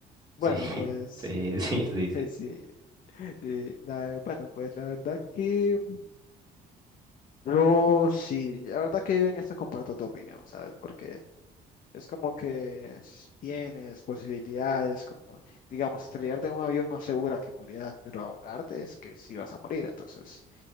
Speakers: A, on the left (about 55°); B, on the right (about 25°).
A: bueno,
B: Sí, <laughs>
A: pues
B: sí, sí, sí,
A: <laughs>
B: sí.
A: sí, sí, la- bueno, pues la verdad que yo sí, la verdad que yo en esto comparto tu opinión, ¿sabes? Porque Es como que tienes posibilidades, como, digamos, estrellarte en un avión no asegura que morirás, pero ahogarte es que sí vas a morir. Entonces,